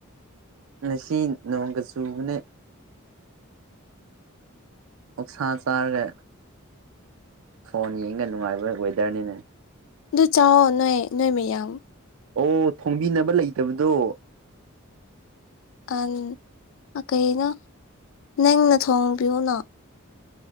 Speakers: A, on the right (about 65°); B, on the left (about 60°).
A: ꯉꯁꯤ ꯅꯣꯡꯒ ꯆꯨꯕꯅꯦ ꯑꯣꯛꯁꯥ ꯆꯥꯔꯒ ꯐꯣꯟ ꯌꯦꯡꯒ ꯅꯨꯡꯉꯥꯏꯕ ꯋꯦꯗ꯭ꯔꯅꯤꯅꯦ
B: ꯑꯗꯨ ꯆꯥꯎꯋꯣ ꯅꯣꯏ ꯅꯣꯏ ꯃꯌꯥꯝ
A: ꯑꯣ ꯊꯣꯡꯕꯤꯅꯕ ꯂꯩꯇꯕꯗꯣ
B: ꯑꯟ ꯀꯩꯅꯣ ꯅꯪꯅ ꯊꯣꯡꯕꯤꯌꯨꯅ